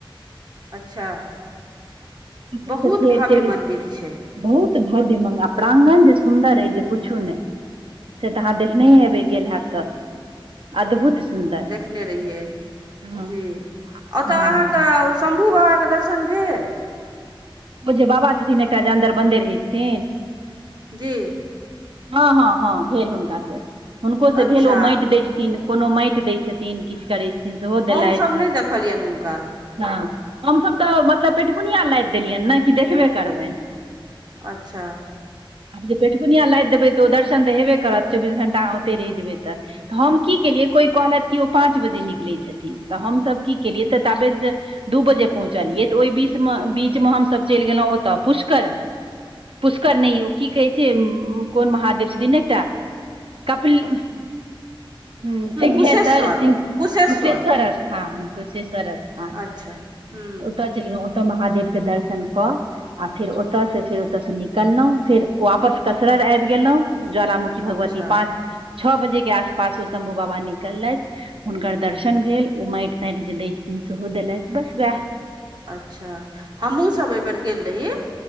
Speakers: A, on the right; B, on the right.
A: अच्छा
B: ओतयसँ
A: बहुत
B: फेर
A: भव्य
B: चलि
A: मन्दिर छै
B: बहुत भव्य मग आ प्राङ्गण जे सुन्दर अइ जे पुछू नइ से तऽ अहाँ देखने हेबै गेल हैब तऽ अद्भुत सुन्दर
A: देखने रहियै
B: हँ
A: जी ओतऽ
B: हँ
A: अहाँ कऽ शम्भू बाबाके दर्शन भेल
B: उ जे बाबा छथिन एकटा जे अन्दर बन्दे रहै छथिन
A: जी
B: हँ हँ हँ भेल हुनका सँ हुनको से
A: अच्छा
B: भेल ओ माटि दै छथिन कोनो माटि दै छथिन किछ करै छथिन सेहो
A: हमसभ
B: देलैथ
A: नहि देखलियनि हुनका
B: हँ हमसभ तऽ मतलब पेटकुनिया लादि देलियैन नऽ कि देखबे करबैन
A: अच्छा
B: आब जे पेटकुनिया लादि देबै तऽ ओ दर्शन तऽ हेबे करत चौबीस घंटा अहाँ ओते रहि जेबै तऽ तऽ हम की केलियै कोइ कहलथि कि ओ पाँच बजे निकलै छथिन तऽ हमसभ की केलियै तऽ ताबेत दू बजे पहुँचलियै तऽ ओहि बीचमे बीचमे हमसभ चलि गेलहुँ ओतय पुष्कर पुष्कर नहि ओ की कहै छै कोन महादेव छथिन एकटा कपिल सिंघहैसर
A: कुशेश्वर
B: सिंह
A: कुशेश्वर
B: कुसेसर स्थान कुशेश्वर स्थान
A: अच्छा हूँ
B: त ओतऽ चलि गेलहुँ ओतऽ महादेव के दर्शन कऽ आ फेर ओतय से फेर ओतयसँ निकललहुँ फेर वापस कसरर आबि गेलहुँ ज्वालामुखी भगवती
A: अच्छा
B: पाँच छ बजे के आसपास ओ शम्भू बाबा निकलथि हुनकर दर्शन भेल ओ माटि ताटि जे दै छथिन सेहो देलैथ बस वैह
A: अच्छा हमहुँ सब एहि बेेर गेल रही